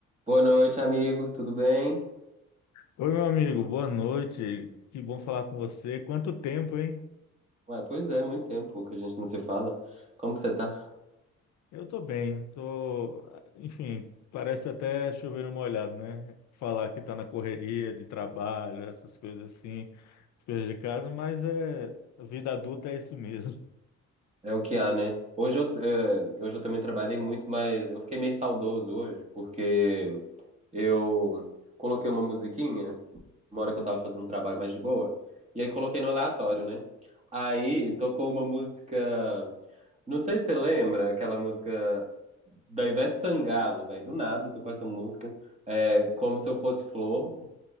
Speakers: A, on the right; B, on the left.
A: Boa noite, amigo. Tudo bem?
B: Oi, meu amigo, boa noite. Que bom falar com você. Quanto tempo, hein?
A: Ué, pois é, muito tempo que a gente não se fala. Como que você tá?
B: Eu tô bem, tô, enfim, parece até chover no molhado, né? Falar que tá na correria de trabalho, essas coisas assim, as coisas de casa, mas é a vida adulta é isso mesmo. <laughs>
A: É o que há, né? Hoje eu, eh, hoje eu também trabalhei muito, mas eu fiquei meio saudoso hoje, porque eu coloquei uma musiquinha, uma hora que eu tava fazendo um trabalho mais de boa, e aí coloquei no aleatório, né? Aí tocou uma música. Não sei se você lembra aquela música da Ivete Sangalo, velho. Do nada, eu tô com essa música. É, como se eu fosse flor.